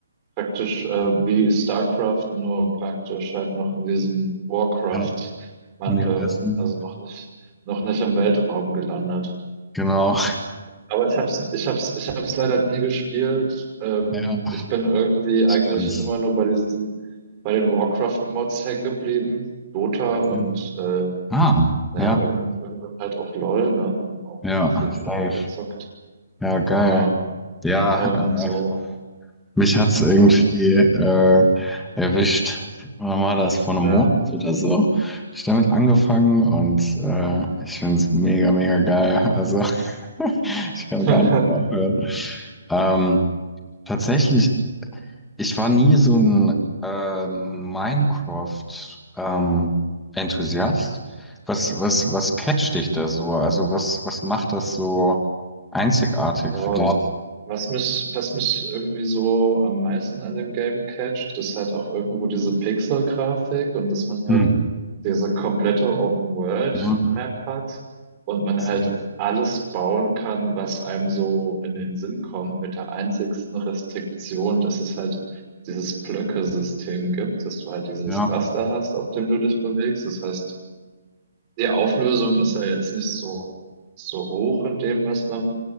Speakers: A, on the right; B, in the centre.
A: praktisch äh, wie StarCraft, nur praktisch halt noch in diesem Warcraft-Mantel.
B: Ja, Universum.
A: Also noch nicht, noch nicht im Weltraum gelandet.
B: Genau.
A: Aber ich hab's, ich hab's, ich hab's leider nie gespielt. Ähm,
B: Ja,
A: ich bin irgendwie eigentlich
B: ich kann's.
A: immer nur bei diesen, bei den Warcraft-Mods hängen geblieben. Dota
B: Okay.
A: und äh,
B: Ah,
A: naja,
B: ja.
A: irgend, irgendwann halt auch LOL, ne? Und auch
B: Ja,
A: auf jeden
B: safe.
A: Fall auch mal gezockt.
B: Ja, geil.
A: Ja,
B: Ja,
A: ähm, so,
B: äh, Mich hat's irgendwie
A: ja,
B: äh, erwischt. Wann war das? Vor einem
A: ja.
B: Monat oder so? Hab ich damit angefangen und äh, ich find's mega, mega geil. Also <laughs> ich kann
A: <laughs>
B: gar nicht mehr aufhören. Ähm, tatsächlich, ich war nie so ein ähm, Minecraft ähm, Enthusiast. Was, was, was catcht dich da so? Also was, was macht das so einzigartig
A: Boah,
B: für dich?
A: was mich, was mich irgendwie so am meisten an dem Game catcht, ist halt auch irgendwo diese Pixel-Grafik und dass man halt
B: Hm.
A: diese komplette Open-World-Map
B: Ja,
A: hat und man
B: safe.
A: halt alles bauen kann, was einem so in den Sinn kommt, mit der einzigsten Restriktion, dass es halt dieses Blöcke-System gibt, dass du halt dieses
B: ja.
A: Raster hast, auf dem du dich bewegst. Das heißt, die Auflösung ist ja jetzt nicht so, so hoch in dem, was man